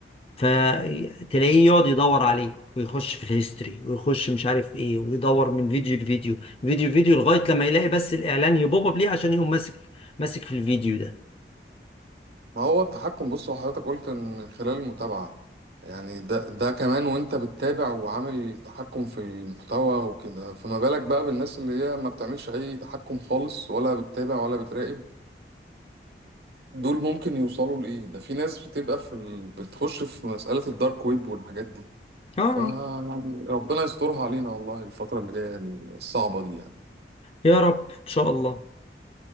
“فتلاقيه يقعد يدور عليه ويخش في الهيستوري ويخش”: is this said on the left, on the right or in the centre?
Left